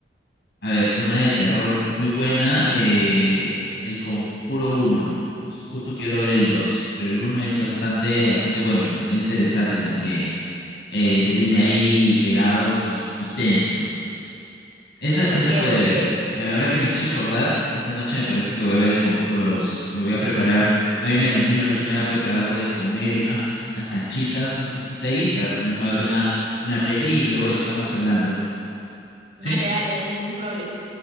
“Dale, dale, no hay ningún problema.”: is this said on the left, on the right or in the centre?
Right